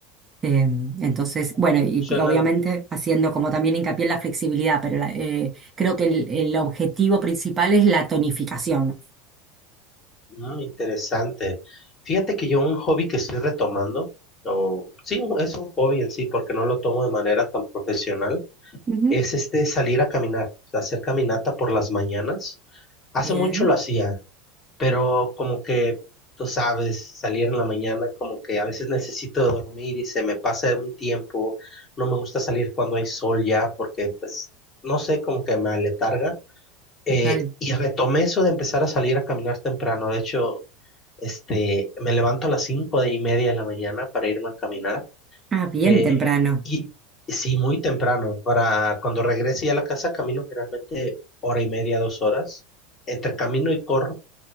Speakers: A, on the right; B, on the left.
A: Eh, entonces,
B: Ujú,
A: bueno, y
B: Suena.
A: obviamente haciendo como también hincapié en la flexibilidad, pero la- eh, creo que el, el objetivo principal es la tonificación.
B: Mm, interesante. Fíjate que yo un hobby que estoy retomando, o sí, es un hobby en sí, porque no lo tomo de manera tan profesional,
A: Ujú.
B: es este salir a caminar, o sea, hacer caminata por las mañanas. Hace
A: Bien,
B: mucho lo hacía, pero como que, tú sabes, salir en la mañana, como que a veces necesito dormir y se me pasa un tiempo. No me gusta salir cuando hay sol ya, porque pues, no sé, como que me aletarga.
A: total.
B: Eh, y retomé eso de empezar a salir a caminar temprano. De hecho, este, me levanto a las cinco y media de la mañana para irme a caminar.
A: Ah, bien
B: Eh,
A: temprano.
B: y y sí, muy temprano. Para cuando regrese ya a la casa, camino generalmente hora y media, dos horas. Entre camino y corro,